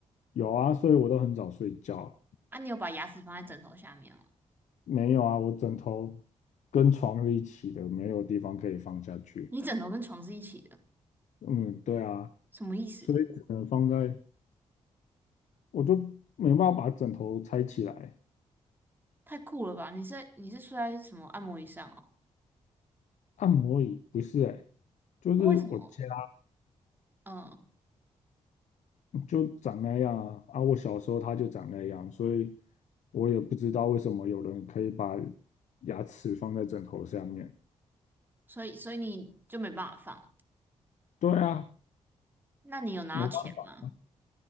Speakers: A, on the left; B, on the right.
A: 有啊，所以我都很早睡觉啊
B: 啊，你有把牙齿放在枕头下面吗？
A: 没有啊，我枕头跟床是一起的，没有地方可以放下去。
B: 你枕头跟床是一起的，
A: 嗯，对啊，
B: 什么意思？
A: 所以只能放在，我就没办法把枕头拆起来。
B: 太酷了吧！你是你是睡在什么按摩椅上哦？
A: 按摩椅不是哎、就是我家
B: 为什么？嗯，
A: 就长那样啊，啊，我小时候他就长那样，所以我也不知道为什么有人可以把牙齿放在枕头下面。
B: 所以所以你就没办法放。
A: 对啊，
B: 那你有拿到钱吗？
A: 没办法，